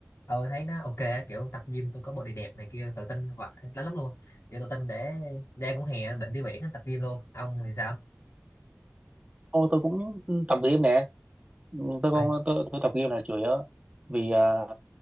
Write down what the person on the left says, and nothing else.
Ờ thấy nó ok á, kiểu tập gym tôi có body đẹp này kia tự tin hoặc lắm lắm luôn. Kiểu tự tin để đang cũng hè định đi biển tập gym luôn. Ông thì sao?
Ơi,